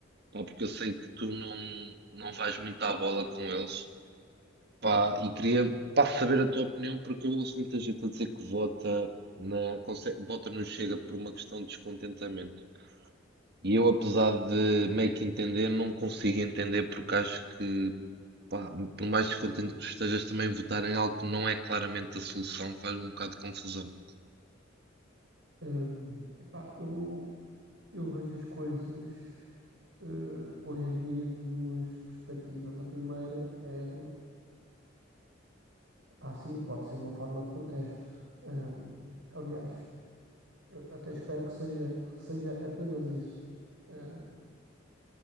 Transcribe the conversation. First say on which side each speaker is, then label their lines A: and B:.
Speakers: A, on the right; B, on the right.
A: Pá, porque eu sei que tu não, não vais muito à bola com eles. Pá, e queria, pá, saber a tua opinião porque eu ouço muita gente a dizer que vota na, conse- vota no Chega por uma questão de descontentamento. E eu, apesar de meio que entender, não consigo entender porque acho que Pá, por mais descontente que tu estejas, também votar em algo que não é claramente a solução faz um bocado de confusão.
B: Hum, epá, eu, eu vejo as coisas eh, hoje em dia de duas perspectivas. A primeira é, epá, sim, pode ser uma forma de protesto. Hum, aliás, eu até espero que seja, que seja apenas isso. Hum,